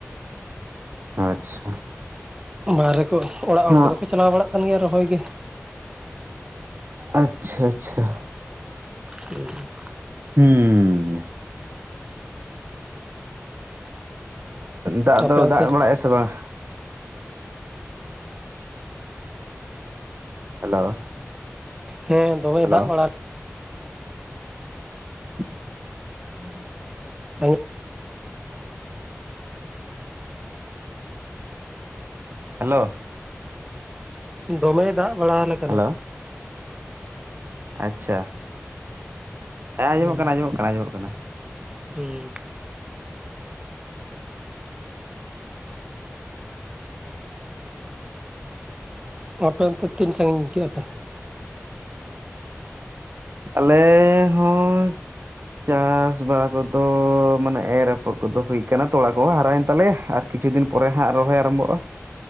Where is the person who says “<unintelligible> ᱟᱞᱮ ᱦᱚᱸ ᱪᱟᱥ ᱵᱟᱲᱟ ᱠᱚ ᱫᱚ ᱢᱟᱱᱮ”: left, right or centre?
Right